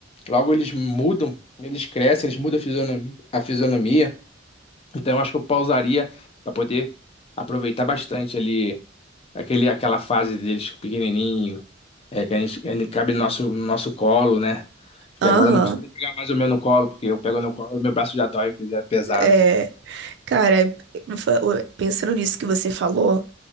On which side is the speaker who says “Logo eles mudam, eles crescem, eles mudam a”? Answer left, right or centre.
Left